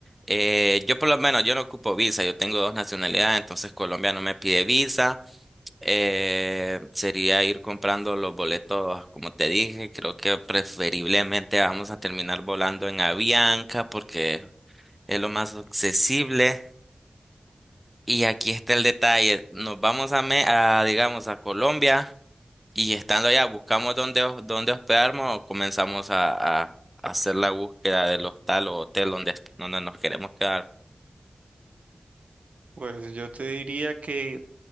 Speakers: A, in the centre; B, on the right.
A: Eh, yo por lo menos, yo no ocupo visa, yo tengo dos nacionalidades, entonces Colombia no me pide visa. Eh, sería ir comprando los boletos, como te dije, creo que preferiblemente vamos a terminar volando en Avianca porque es lo más accesible. Y aquí está el detalle, nos vamos a, Me- a, digamos, a Colombia y estando allá buscamos dónde, hos- dónde hospedarnos o comenzamos a, a- a hacer la búsqueda del hostal o hotel donde, es que- donde nos queremos quedar.
B: Pues yo te diría que